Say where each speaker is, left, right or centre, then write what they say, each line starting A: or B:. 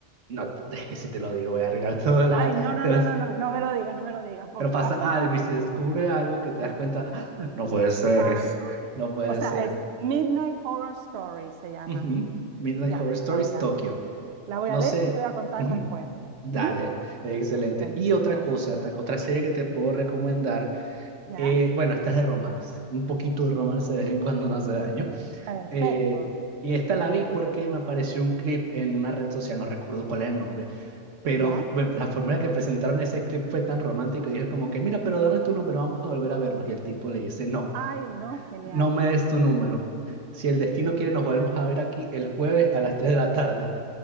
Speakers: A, on the right; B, on the right.
A: no, <laughs> es que si te lo digo, voy a arruinar toda la...
B: Ay, no, no,
A: te
B: no,
A: vas-
B: no, no, no me lo digas, no me lo digas, por
A: pero
B: favor.
A: pasa algo
B: <laughs>
A: y se descubre algo que te
B: Sí.
A: das cuenta, "Ah, no puede ser,
B: Ay,
A: es-
B: no.
A: no puede
B: O sea,
A: ser.
B: es Midnight Horror Story, se llama.
A: Ujú. Midnight
B: Ya,
A: Horror Stories,
B: la voy a
A: Tokio.
B: ver. La voy
A: No
B: a ver
A: sé,
B: y te voy a contar
A: ujú,
B: después.
A: Dale,
B: ¿Mm?
A: excelente.
B: Buenísimo.
A: Y otra cosa, ta- otra serie que te puedo recomendar,
B: ¿Ya?
A: eh, bueno, esta es de romance, un poquito de romance de vez en cuando no hace daño.
B: Perfecto.
A: Eh, y esta la vi porque me apareció un clip en una red social, no recuerdo cuál es el nombre Pero
B: ¿Ya?
A: me- la forma en la que presentaron ese clip fue tan romántico. Dije como que, mira, pero dame tu número, vamos a volver a vernos. Y el tipo le dice, no,
B: Ay, no, genial.
A: no me des tu número. Si el destino quiere, nos volvemos a ver aquí el jueves a las 3 de la tarde.